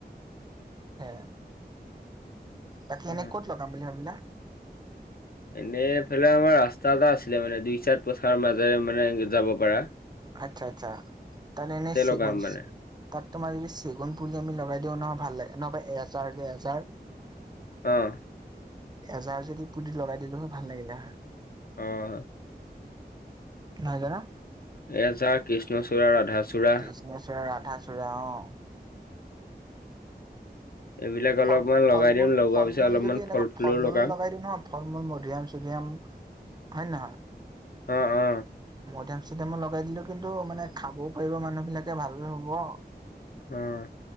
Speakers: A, on the right; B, on the left.
A: হে। বাকী
B: অ
A: এনে ক'ত লগাম বুলি ভাবিলা?
B: এনেই এইফালে আমাৰ ৰাস্তা এটা আছিলে মানে দুই চাইট পথাৰৰ মাজেৰে মানে যাব পৰা।
A: আচ্ছা, আচ্ছা, তাই এনেই শিগো
B: লগাম মানে
A: তাত তোমাৰ যদি চেগুন পুলি আমি লগাই দিওঁ নহয় ভাল লাগে নহবা এজাৰ যে এজাৰ।
B: অহ।
A: এজাৰ যদি পুলি লগাই দিলো হয় ভাল লাগিলে হয়।
B: অহ।
A: নাই যোৱা না।
B: এজাৰ, কৃষ্ণচূড়া, ৰাধাচূড়া।
A: কৃষ্ণচড়া, ৰাধাচূড়া অ'।
B: এইবিলাক
A: ফল
B: অলপমান
A: ফল
B: লগাই
A: মূল
B: দিম লগোৱাৰ
A: ফল
B: পিছত
A: মূল
B: অলপমান
A: যদি এনেকে
B: ফুলও
A: ফল মূলো
B: লগাম
A: লগাই দিওঁ ন'। ফল মূল মধুৰিআম চধুৰিআম হয় নে নহয়।
B: অহ, অহ।
A: মধুৰিআম চধুৰিআমও লগাই দিলো কিন্তু মানে খাবও পাৰিব মানুহবিলাকে ভাল হ'ব।
B: উম।